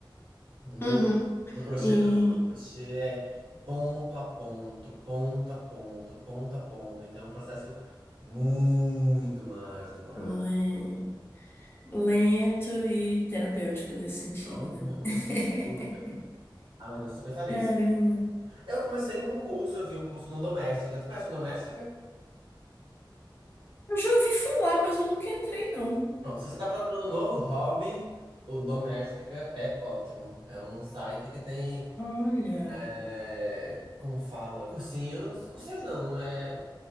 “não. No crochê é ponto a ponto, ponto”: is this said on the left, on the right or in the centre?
Right